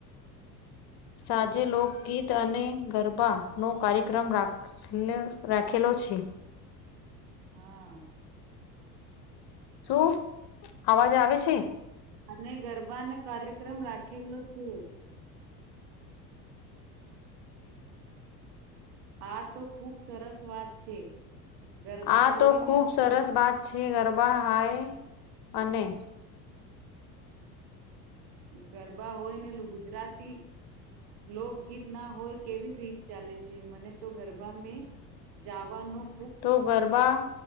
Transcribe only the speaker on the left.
સાંજે લોકગીત અને ગરબા નો કાર્યક્રમ રાખ રાખેલો છે.
શું અવાજ આવે છે.
આ
તો ખુબ
સરસ
વાત છે ગરબા હાય અને
તો ગરબા